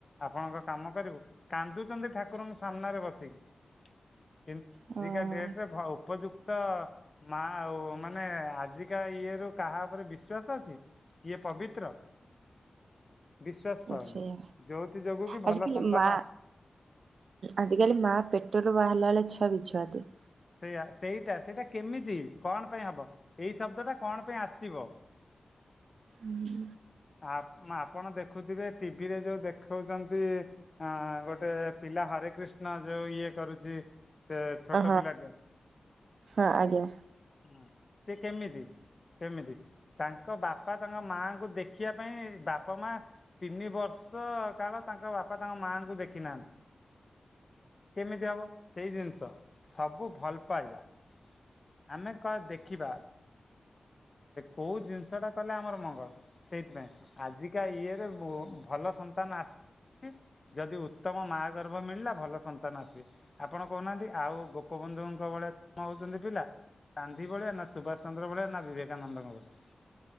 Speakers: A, on the left (about 35°); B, on the right (about 85°).
A: ଆପଣଙ୍କ କାମ କରିବୁ କାନ୍ଦୁଛନ୍ତି ଠାକୁରଙ୍କ ସାମ୍ନାରେ ବସିକି। କିନ୍ତୁ
B: ହଁ।
A: ଆଜିକା ଡେଟରେ ଉପଯୁ ତ ମା ଆଉ ମାନେ ଆଜିକା ଇଏ ରୁ। କାହା ଉପରେ ବିଶ୍ୱାସ ଅଛି କିଏ ପବିତ୍ର। ବିଶ୍ୱାସ ପାଉନି
B: ସେଇଆ
A: ଯୋଉଥି ଯୋଗୁ କି
B: ଆଜିକାଲି
A: ଭଲ ସନ୍ତାନ
B: ମା
A: ଆ
B: ଆଜିକାଲି ମାଆ ପେଟରୁ ବାହାରିଲାେଳେ ଛୁଆ ବିଛୁଆତି।
A: ସେଇୟା ସେଇଟା ସେଇଟା କେମିତି କଣ ପାଇଁ ହବ ଏଇ ଶବ୍ଦଟା କଣ ପାଇଁ ଆସିବ।
B: ହୁଁ।
A: ଆ ଆପଣ ଦେଖୁଥିବେ ଟିଭିରେ ଯୋଉ ଦେଖାଉଛନ୍ତି। ହଁ ଗୋଟେ ପିଲା ହରେ କୃଷ୍ଣ ଯୋଉ ଇଏ କରୁଛି। ସେ ଛୋଟ
B: ହଁ
A: ପିଲାଟେ।
B: ହଁ ଆଜ୍ଞା
A: ହୁଁ ସେ କେମିତି କେମିତି ତାଙ୍କ ବାପା ତାଙ୍କ ମାଙ୍କୁ ଦେ ଶଖିବା ପାଇଁ ବାପା ମା। ତିନି ବର୍ଷ କାଳ ତାଙ୍କ ବାପା ତାଙ୍କ ମାଆଙ୍କୁ ଦେଖି ନାହାନ୍ତି। କେମିତି ହବ ସେଇ ଜିନିଷ ସବୁ ଭଲ ପାଇବା। ଆମେ ଦେଖିବା କୋଉ ଜିନିଷ ଟା କଲେ ଆମର ମଙ୍ଗଳ। ସେଇଥିପାଇଁ ଆଜିକା ଇଏରେ ଭଲ ସନ୍ତାନ ଆ ଯଦି ଉତ୍ତମ ମା ଗର୍ଭ ମିଳିଲା ଭଲ ସନ୍ତାନ ଆସିବେ। ଆପଣ କହୁନାହାନ୍ତି ଆଉ ଗୋପବନ୍ଧୁଙ୍କ ଭଳିଆ ଜନ୍ମ ହଉଛନ୍ତି ପିଲା। ଗାନ୍ଧି ଭଳିଆ ନା ସୁଭାଷ ଚନ୍ଦ୍ର ଭଳିଆ ନା ବିବେକାନନ୍ଦଙ୍କ ଭଳିଆ।